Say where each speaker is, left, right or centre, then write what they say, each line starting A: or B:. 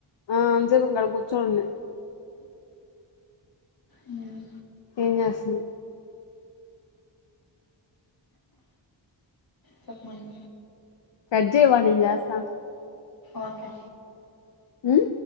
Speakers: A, on the left; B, on the left.
A: ఆ అంతసేపు అక్కడ కూర్చోనున్న
B: మ్మ్
A: ఏం జేస్తున్
B: సప్మన్
A: కట్ జేవా నిన్ జేస్త
B: ఓకే
A: ఉమ్